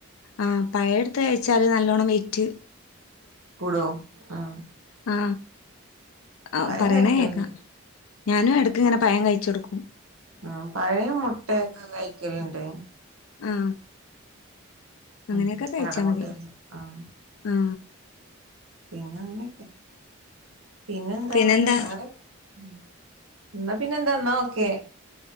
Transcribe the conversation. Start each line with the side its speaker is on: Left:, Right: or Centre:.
Left: ആഹ് പഴം എടുത്തു കഴിച്ചാല് നല്ലോണം വെയ്‌റ്റ്
Right: കൂടോ വോ
Left: ആ ആ
Right: പഴം
Left: പറേണ
Right: കഴിക്കലുണ്ട്
Left: കേക്ക ഞാനും എടക്ക്ങ്ങനെ പഴം കയ്ചൊട്ക്കും
Right: മ് പഴയ മുട്ടയൊക്കെ കഴിക്കലണ്ട്
Left: ആ അങ്ങനെയൊക്കെ
Right: ഉം
Left: കഴിച്ചാ
Right: കാടമുട്ടയൊക്കെ
Left: മതി
Right: ആഹ്
Left: ആ
Right: പിന്നെ അങ്ങനെയൊക്കെ പിന്ന പിന്നെന്താന്നല്ലേ
Left: പിന്നെന്താ
Right: അങ്ങനെ <inaudible> എന്നാ പിന്നെന്താ ന്നാ ഓക്കെ